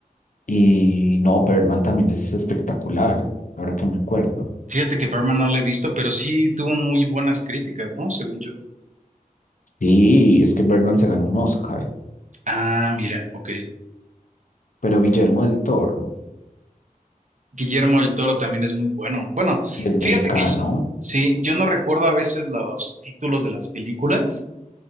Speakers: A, on the left; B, on the right.
A: Y no, Birdman también es espectacular, ahora que me acuerdo.
B: Fíjate que Berman no la he visto, pero sí tuvo muy buenas críticas, ¿no? Según yo.
A: Sí, es que Birdman se ganó un Oscar,
B: Ah, mira, ok.
A: pero Guillermo del Toro,
B: Guillermo del Toro también es muy bueno. Bueno,
A: y es
B: fíjate
A: mexicano.
B: que sí, yo no recuerdo a veces los títulos de las películas